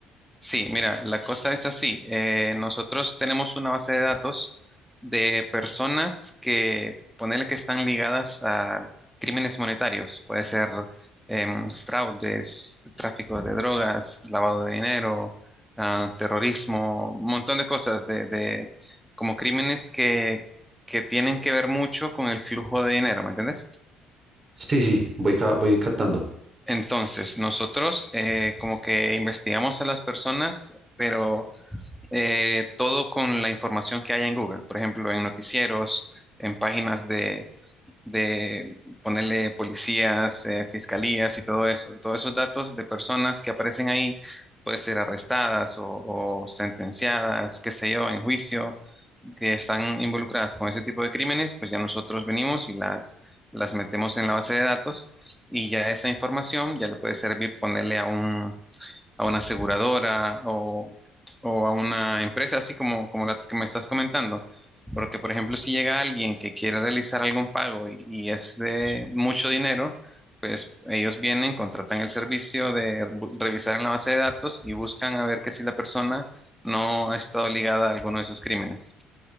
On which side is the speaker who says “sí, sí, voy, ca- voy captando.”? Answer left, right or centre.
Right